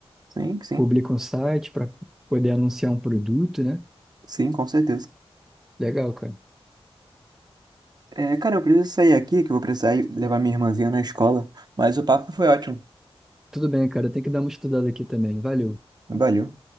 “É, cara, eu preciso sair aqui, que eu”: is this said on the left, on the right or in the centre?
Right